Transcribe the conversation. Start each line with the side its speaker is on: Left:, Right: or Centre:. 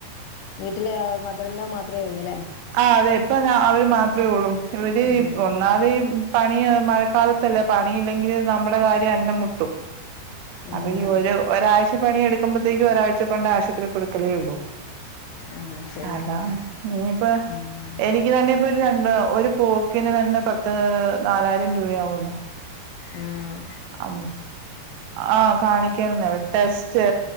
Left: വീട്ടിലെ മദർഇൻലോ മാത്രമേ ഉള്ളൂ ല്ലേ
Right: ആ അതെ ഇപ്പൊ ഞാ അവര് മാത്രമേ ഉള്ളൂ ഇവര്
Left: ഉം
Right: ഒ ഒന്നാമത് പണി മഴക്കാലത്തല്ലേ പണിയില്ലെങ്കില് നമ്മുടെ കാര്യം അന്നം മുട്ടും അപ്പൊ
Left: ആഹ്
Right: ഈ ഒരു ഒരാഴ്ച പണിയ എടുക്കുമ്പോത്തേക്കും ഒരാഴ്ച കൊണ്ട് ആശുപത്രി കൊടുക്കലേ ഉള്ളൂ
Left: ആഹ് ശരിയാണ്
Right: അതാണ് നീ യിപ്പം എനിക്ക്
Left: ഉം
Right: എനിക്ക് തന്നെപ്പൊ രണ്ട് ഒരു പോക്കിന് തന്നെ പത്ത് നാലായിരം രൂപയാവുംന്ന്
Left: ആഹ
Right: അ ആഹ കാണിക്കേണ്ടെ ടെസ്റ്റ്